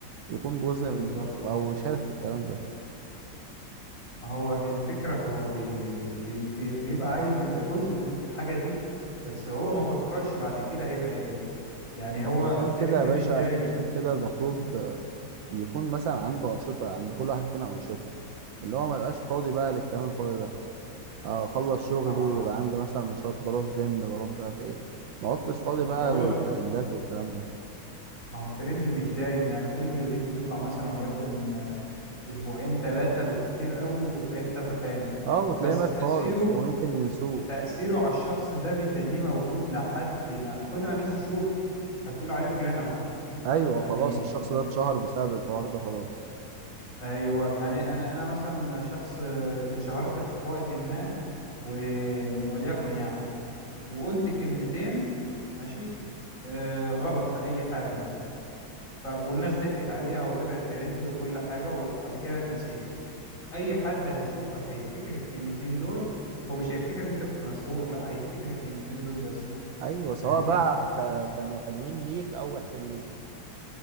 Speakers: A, on the right; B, on the left.
A: يكون جزء
B: بالظبط
A: من او يشارك في الكلام ده
B: هو الفكرة هو بي بي بي بيبقى عايز يبقى جزء من الحاجة دي بس هو ما فكرش بعد كده هيبقى ايه يعني هو
A: هو عشان
B: الترند
A: كده يا
B: مش
A: باشا
B: دايم
A: عشان كده المفروض آه، يكون مثلا عنده انشطه عند كل واحد فينا انشطه اللي هو ما يبقاش فاضي بقى للكلام الفاضي ده آه، اخلص شغلي
B: اه
A: يبقى عندي مثلا نشاط بروح جيم بروح مش عارف ايه ما عدتش فاضي بقى
B: انا بقول
A: للترندات
B: لك
A: والكلام ده
B: ما هو الترند مش دايم يعني كل فيديو بيطلع مثلا وليكن آه، اسبوعين ثلاثة بالكتير قوي وتلاقيه اختفى تاني
A: اه وتلاقيه
B: بس
A: مات
B: تأثيره
A: خالص ويمكن ينسوه
B: تأثيره على الشخص ده بيتنيه موجود لحد ما كل ما الناس تشوف هتقول عليه فلان اهو
A: ايوه
B: يعني
A: خلاص الشخص ده اتشهر بسبب الحوار ده خلاص
B: ايوه يعني انا انا مثلا شخص آه، اتشهرت في وقت ما و... وليكن يعني وقلت كلمتين ماشي آه غلط في أي حاجة مثلا ف... والناس ضحكت عليها وطلع ترند وكل حاجة وبعد كده اتنسيت أي حد هيشوفك هيفتكر الكلمتين دول هو مش هيفتكر إن أنت كنت مشهور لا هيفتكر الكلمتين دول بس
A: ايوه سواء
B: فاهمني
A: بقى ك... كانوا حلوين ليك او وحشين ليك